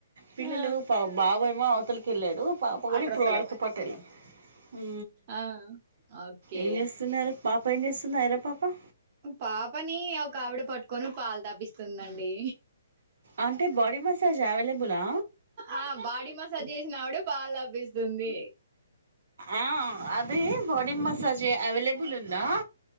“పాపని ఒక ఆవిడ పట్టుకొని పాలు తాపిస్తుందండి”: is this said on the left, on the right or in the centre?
Right